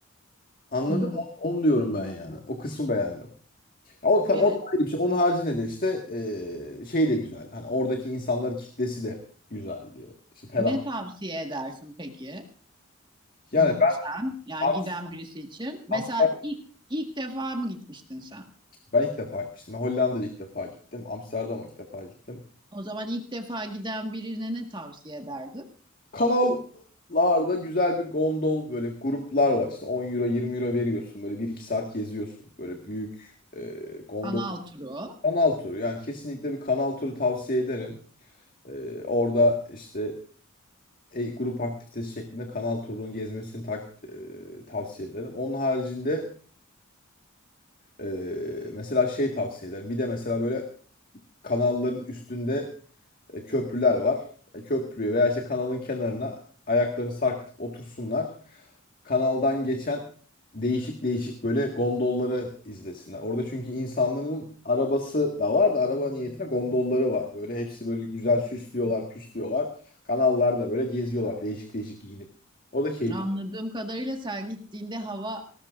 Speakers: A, on the left; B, on the right.
A: Anladın
B: Hmm.
A: mı? Onu diyorum ben yani. O kısmı beğendim. Ya o tabii
B: Evet.
A: o da ayrı bir şey. Onun haricinde de işte ee, şey de güzel. Hani oradaki insanların kitlesi de güzeldi. İşte ferah.
B: Ne tavsiye edersin peki?
A: Yani
B: Gitsen,
A: ben
B: yani
A: Am-
B: giden birisi için. Mesela
A: Amsterdam
B: ilk, ilk defa mı gitmiştin sen?
A: ben ilk defa gitmiştim. Hollanda'da ilk defa gittim. Amsterdam'a ilk defa gittim.
B: O zaman ilk defa giden birine ne tavsiye ederdin?
A: Kanallarda güzel bir gondol böyle gruplar var. İşte 10 euro 20 euro veriyorsun. Böyle bir iki saat geziyorsun. Böyle büyük e, gondol.
B: Kanal turu.
A: Kanal turu. Yani kesinlikle bir kanal turu tavsiye ederim. E, orada işte e, grup aktivitesi şeklinde kanal turunun gezmesini tak, e, tavsiye ederim. Onun haricinde e, mesela şey tavsiye ederim. Bir de mesela böyle kanalların üstünde e, köprüler var. E, köprüye veya işte kanalın kenarına ayaklarını sarkıtıp otursunlar. Kanaldan geçen değişik değişik böyle gondolları izlesinler. Orada çünkü insanların arabası da var da araba niyetine gondolları var. Böyle hepsi böyle güzel süslüyorlar, püslüyorlar. Kanallarda böyle geziyorlar değişik değişik giyinip. O da keyifli.
B: Anladığım kadarıyla sen gittiğinde hava